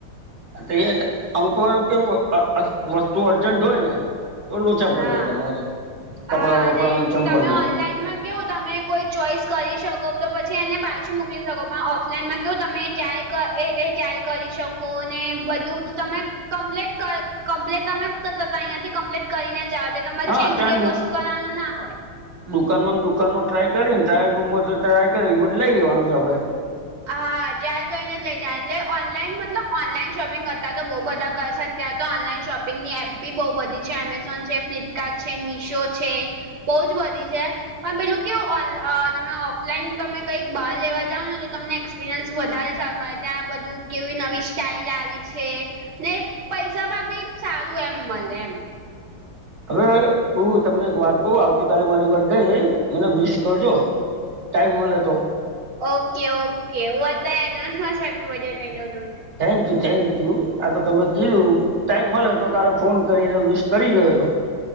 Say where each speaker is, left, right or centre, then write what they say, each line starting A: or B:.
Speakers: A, on the right; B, on the right.
A: તો એ અમુક વાર કેવું અ વસ્તુ અર્જન્ટ હોય ને તો લોચા પડે
B: હા
A: તમારે કપડા
B: હા
A: વપડામાં,
B: અને
A: ચંપલ
B: તમે
A: માં.
B: ઓનલાઈનમાં કેઉં તમે કોઈ ચોઈસ કરી શકો તો પછી એને પાછું મુકલી શકો પણ ઓફ લાઈનેમાં કેવુ તમે એ ત્યાં એ એ ત્યાંય કરી શકો ને બધું તો તમે કમ્પ્લીટ કમ્પ્લીટ તમે ત અહીંયાથી કમ્પ્લીટ કરીને જ તમારે
A: હા
B: ચેન્જ
A: ત્યાં
B: શું કરવાનું ના હોય.
A: દુકાનમાં ન દુકાનમાં ટ્રાય કરીને ટ્રાયલ રૂમ માંથી ટ્રાય કરી એ બધી લઈ લેવાનું છે આપડે.
B: હા ક્યાં કઈને જ લઈ જ એટલે ઓનલાઈન મતલબ ઓનલાઈન શોપિંગ અતારે તો બો બધા કરે છે. ત્યાં તો ઓનલાઈન શોપિંગની એપ બી બહુ બધી છે એમેઝોન છે, ફ્લિપકાર્ટ છે, મીશો છે. બોઉ જ બધી છે. પણ પેલું કેવું ઓન અ તમે ઓફલાઈન તમે કંઈક બાર લેવા જાવ ને તમને એક્સપિરિયન્સ વધારે સારું મળે ત્યાં બધું કેવી નવી સ્ટાઇલ આવી છે. ને પૈસા માં બી સારું એમ મલે એમ.
A: હવે હું તમને એક વાત કઉ આવતીકાલે મારી બ ડે છે મને વિશ કરજો. ટાઈમ મલે તો.
B: Okay okay! હું અત્યારે એડવાન્સ માં જ હેપી બ ડે કઈ દઉં તમને.
A: Thank you, thank you! આ તો તમેં કીધું. ટાઈમ મલે તો કાલે ફોન કરીને વિસ કરી દેજો.